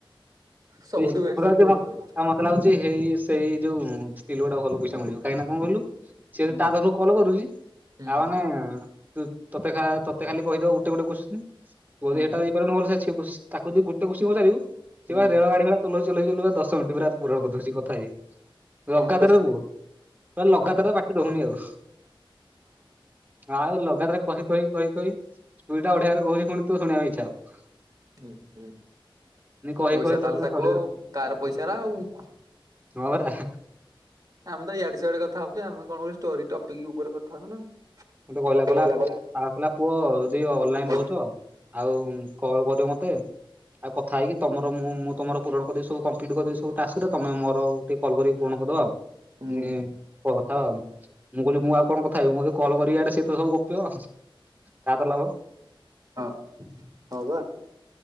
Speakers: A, on the right; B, on the right.
A: ସବୁଠୁ
B: <unintelligible>
A: ବେଷ୍ଟ ପୁଅ ପିଅ କଥା
B: ମତେ ଲାଗୁଛି ହେଇ ସେଇ ଯୋଉ ସ୍ତ୍ରୀ ଲୋକଟା ଭଲ ପଇସା ମିଳିବ। କାହିଁକି ନା କଣ କହିଲୁ। ସିଏ
A: ହୁଁ
B: ତାପାଖକୁ କଲ କରିଦେଉଛି ତା
A: ହୁଁ
B: ମାନେ ତୁ ତତେଖା ତତେ ଖାଲି କହିଦବ ଗୋଟେ ଗୋଟେ କୋତ୍ସିନି। କୋଡିଏଟା
A: ହୁଁ
B: <unintelligible> ତାକୁ ଯଦି ଗୋଟେ କୋସିନି ପଚାରିବୁ।
A: ହୁଁ।
B: ଗାଡିଵାଲା ଚଲଉ ଚଲଉ କା ଦଶ ମିନିଟ ପୁରା ପୂରଣକରୀ ଦଉଛି କଥା ହେଇ।
A: କଣ
B: ଲଗାତାରଦବୁ
A: କୋଶ୍ଚିନି
B: ଲଗାତରେ
A: ହଁ
B: ବାଟରେ ରହୁନି ଆଉ। ଆଉ ଲଗାତାର କହି କହି କହି କହି ଦୁଇଟା ଓଢିଆ ଘର କହୁଛି ତୁ ଶୁଣିବାକୁ ଇଛା ହବ।
A: ହଁ ହୁଁ
B: ହବ କହି
A: ପଇସା
B: କହି
A: ତାହେଲେ
B: କହି ପୁରା
A: ତାକୁ
B: ସରିବ
A: ଆଉ ତାର ପଇସା ନା ଆଉ।
B: ମ ରା
A: ଆମେ ତ ଇଆଡେ ସିଆଡେ କଥା ହଉଛେ ଆମେ କଣ ଆଉ ଷ୍ଟୋରି ଟପିକ ଉପରେ କଥା ହବ ନା।
B: ମତେ କହିଲା
A: ସେ
B: କହିଲା
A: ଗଲା
B: ଆ
A: ଗଲା
B: କହିଲା ପୁଅ ଯଦି ଅନଲାଇନ
A: ହୁଁ
B: ରହୁଛ ଆଉ କଲ କରିଵୁ ମତେ। ଆଉ କଥା ହେଇକି ତମର ମୁଁ ମୁଁ ତମର ପୁରଣଦେବୁ କପ୍ଲିଟ କରିଦେବି ସବୁ ଟାସ୍କରେ ତମ ମୋର କଲ୍ କରିକି ପୁରଣକରିଦଵା ଆଉ।
A: ହୁଁ,
B: ହିଁ କଥା ଆଉ ମୁଁ କହିଲି ମୁଁ ଆଉ କଣ କଥା ହେବି ମୁଁ ଏବେ। କଲ୍ କରି ଆଡେ ସେ ତ ସବୁ ଗପିଵ ତା ତ ଲାଭ।
A: ହଁ ହଁ ବା।